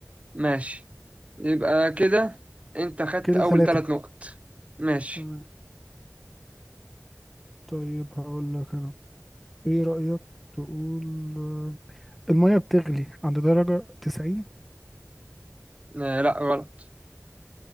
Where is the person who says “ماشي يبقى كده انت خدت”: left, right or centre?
Right